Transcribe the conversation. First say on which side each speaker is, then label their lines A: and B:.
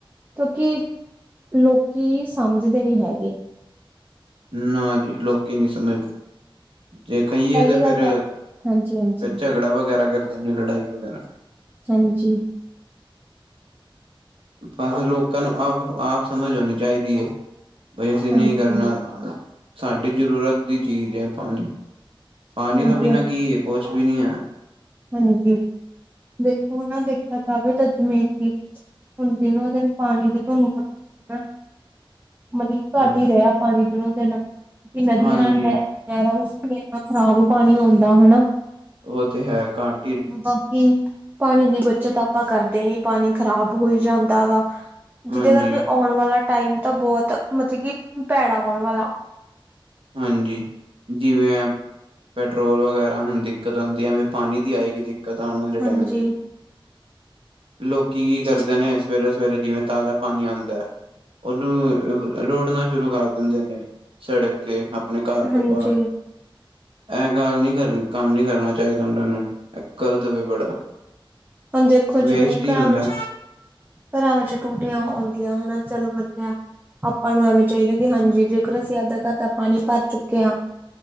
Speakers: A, on the right; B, on the right.
A: ਕਿਉਂਕਿ ਲੋਕੀ ਸਮਝਦੇ ਨੀ ਹੈਗੇ।
B: ਨਾ ਜੀ ਲੋਕੀ ਨੀ ਸਮਝਦੇ। ਜੇ ਕਹੀਏ,
A: ਪਹਿਲੀ
B: ਤਾਂ
A: ਗੱਲ
B: ਫੇਰ,
A: ਹਾਂਜੀ ਹਾਂਜੀ
B: ਫਿਰ ਝਗੜਾ ਵਗੈਰਾ ਕਰਦੇ ਨੇ, ਲੜਾਈ ਵਗੈਰਾ।
A: ਹਾਜੀ।
B: ਬਸ ਲੋਕਾਂ ਨੂੰ ਆਪ, ਆਪ ਸਮਝ ਹੋਨੀ ਚਾਈਦੀ ਏ। ਬਈ ਅਸੀਂ
A: ਹਾਂਜੀ
B: ਨਈ ਕਰਨਾ ਸਾਡੀ ਜ਼ਰੂਰਤ ਦੀ ਚੀਜ਼ ਐ ਪਾਨੀ। ਪਾਨੀ
A: ਹਾਂਜੀ
B: ਤੋਂ ਬਿਨਾ ਕੀ ਏ ਕੁਛ ਵੀ ਨੀ ਐ।
A: ਹਾਂਜੀ ਦੇਖੋ ਨਾ ਦੇਖੇਆ ਜਾਵੇ, ਤਾਂ ਜਿਵੇਂ ਕਿ ਹੁਨ ਦਿਨੋ-ਦਿਨ ਪਾਣੀ ਦਾ ਤੁਆਨੂੰ ਪਤਾ ਈ ਹੈਗਾ। ਮਤਲਬ ਕਿ ਘੱਟ
B: ਹਾਂਜੀ
A: ਈ ਰਯਾ ਪਾਣੀ ਦਿਨੋ-ਦਿਨ ਕਿਉਂਕਿ ਨਦੀਆਂ
B: ਹਾਂਜੀ
A: ਨੇ ਨਹਰਾਂ ਵਿੱਚ ਵੀ ਇੰਨਾ ਖ਼ਰਾਬ ਪਾਣੀ ਆਂਦਾ ਹਨਾ।
B: ਓ ਤੇ ਹੈ ਘਾਟ
A: ਬਾਕੀ ਪਾਣੀ ਦੀ ਬੱਚਤ ਆਪਾਂ ਕਰਦੇ ਨੀ, ਪਾਣੀ ਖ਼ਰਾਬ ਹੋਈ ਜਾਂਦਾ ਗਾ।
B: ਹਾਂਜੀ
A: ਜਿਦੇ ਕਰਕੇ ਆਉਣ ਵਾਲਾ ਟਾਈਮ ਤਾਂ ਬੋਤ ਮਤਲਬ ਕਿ ਭੈੜਾ ਆਉਣ ਵਾਲਾ।
B: ਹਾਂਜੀ, ਜਿਵੇਂ ਐ ਪੈਟਰੋਲ ਵਗੈਰਾ ਹੁਨ ਦਿੱਕਤ ਆਂਦੀ ਐ, ਐਵੇਂ ਪਾਨੀ ਦੀ ਆਏਗੀ, ਦਿੱਕਤ ਆਨ ਵਾਲੇ
A: ਹਾਂਜੀ
B: ਟਾਈਮ 'ਚ। ਲੋਕੀ ਕੀ ਕਰਦੇ ਨੇ ਸਵੇਰੇ-ਸਵੇਰੇ ਜਿਵੇਂ ਤਾਜ਼ਾ ਪਾਨੀ ਆਂਦਾ ਐ ਓਨੂੰ ਰੋੜਨਾ ਸ਼ੁਰੂ ਕਰ ਦੇਂਦੇ ਨੇ ਸੜਕ ਤੇ ਅਪਨੇ ਘਰ
A: ਹਾਂਜੀ
B: ਦੇ ਬਾਰ, ਐ ਗੱਲ ਨੀ ਕਰਨੀ ਕੰਮ ਨੀ ਕਰਨਾ ਚਾਈਦਾ, ਤੁਆਨੁ। ਐ ਗਲਤ ਵੇ ਬੜਾ।
A: ਹੁਨ ਦੇਖੋ, ਜਿਵੇਂ
B: ਵੇਸਟ
A: ਕਿ
B: ਹੀ
A: ਘਰਾਂ
B: ਹੁੰਦਾ
A: ਵਿੱਚ ਘਰਾਂ ਵਿੱਚ ਟੂਟੀਆਂ ਆਉਂਦੀਆਂ ਹਨਾ, ਚੱਲ ਬਨਿਆ ਆਪਾਂ ਨੂੰ ਐਵੇਂ ਚਾਈਦਾ ਕਿ ਹਾਂਜੀ ਜੇਕਰ ਅਸੀਂ ਆਪਦਾ ਘਰ ਦਾ ਪਾਨੀ ਭਰ ਚੁੱਕੇ ਆਂ